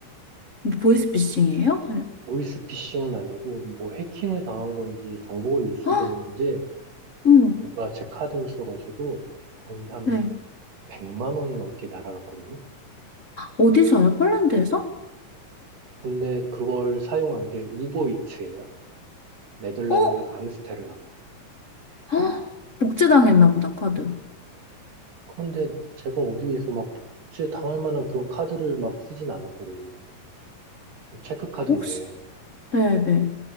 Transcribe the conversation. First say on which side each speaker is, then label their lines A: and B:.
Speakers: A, on the left; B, on the right.
A: 뭐 보이스피싱이에요? 그냥.
B: 보이스피싱은 아니고 뭐 해킹을 당한 건지 정보가 유출된
A: 헉!
B: 건지
A: 어머,
B: 누가 제 카드를 써가지고 거의 한
A: 네.
B: 100만 원이 넘게 날아갔거든요.
A: 어디서요? 폴란드에서?
B: 근데 그걸 사용한 게 우버이츠예요. 네덜란드
A: 어?
B: 암스테르담.
A: 헉! 복제당했나 보다, 카드.
B: 그런데 제가 어디에서 막 복제 당할 만한 그런 카드를 막 쓰진 않았거든요. 체크카드인데.
A: 혹시? 네네.